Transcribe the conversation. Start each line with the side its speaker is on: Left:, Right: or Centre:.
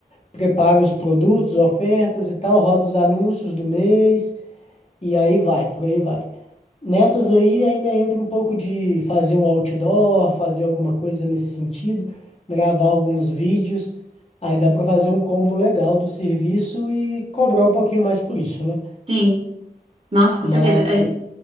Left: prepara os produtos, ofertas e tal, roda os anúncios do mês, e aí vai, por aí vai. Nessas aí ainda entra um pouco de fazer um outdoor, fazer alguma coisa nesse sentido, gravar alguns vídeos. Aí dá para fazer um combo legal do serviço e cobrar um pouquinho mais por isso, né?
Right: sim. Nossa, com
Left: Mas
Right: certeza. É,